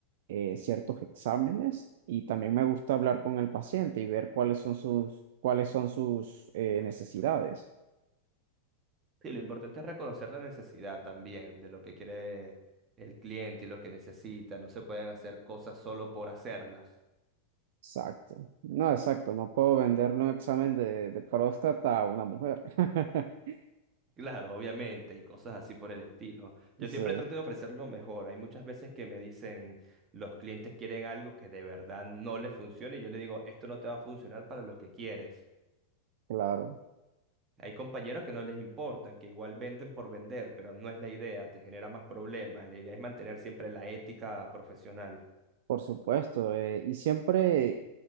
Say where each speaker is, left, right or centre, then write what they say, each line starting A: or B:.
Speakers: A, on the right (about 55°); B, on the right (about 25°).
A: eh, ciertos exámenes y también me gusta hablar con el paciente y ver cuáles son sus, cuáles son sus eh, necesidades.
B: Sí, lo importante es reconocer la necesidad también de lo que quiere el cliente y lo que necesita. No se pueden hacer cosas solo por hacerlas.
A: Exacto. No, exacto. No puedo venderle un examen de, de próstata a una mujer. <laughs>
B: Claro, obviamente, y cosas así por el estilo. Yo siempre
A: Sí,
B: trato de ofrecer lo mejor. Hay muchas veces que me dicen, los clientes quieren algo que de verdad no les funcione, y yo le digo, esto no te va a funcionar para lo que quieres.
A: claro.
B: Hay compañeros que no les importan, que igual venden por vender, pero no es la idea, te genera más problemas. La idea es mantener siempre la ética profesional.
A: Por supuesto. eh, y siempre